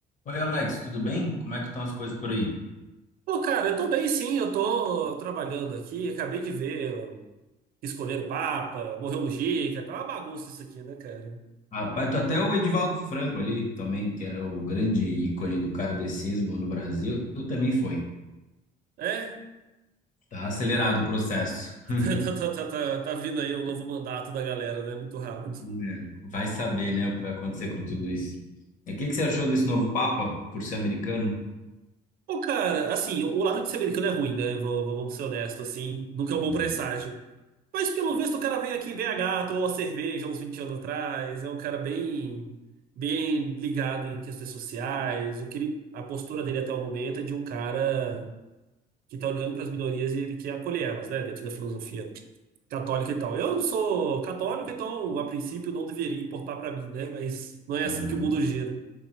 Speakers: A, on the left (about 50°); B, on the right (about 60°).
A: Oi, Alex, tudo bem? Como é que estão as coisas por aí?
B: Pô, cara, eu tô bem sim, eu tô trabalhando aqui, acabei de ver ó, escolher o Papa, morreu o Mujica, tá uma bagunça isso aqui, né, cara?
A: Rapaz, tô até o Edivaldo Franco ali também, que era o grande ícone do kardecismo no Brasil, também foi.
B: É,
A: Tá acelerado o processo.
B: <laughs>
A: <laughs>
B: tá, tá, tá, tá, tá vindo aí o novo mandato da galera, né, muito rápido.
A: É, Vai saber, né, o que vai acontecer com tudo isso. E o que que você achou desse novo Papa, por ser americano?
B: Pô, cara, assim, o o lado de ser americano é ruim, né, vamos, vamos ser honestos, assim, nunca é
A: Uhum.
B: um bom presságio. Mas pelo visto o cara veio aqui em BH, tomou uma cerveja uns 20 anos atrás, é um cara bem, bem ligado em questões sociais, o que ele, a postura dele até o momento é de um cara que está olhando para as minorias e ele quer acolher elas, né, dentro da filosofia católica e tal. Eu não sou católico, então a princípio não deveria importar para mim, né? Mas não é
A: Uhum.
B: assim que o mundo gira.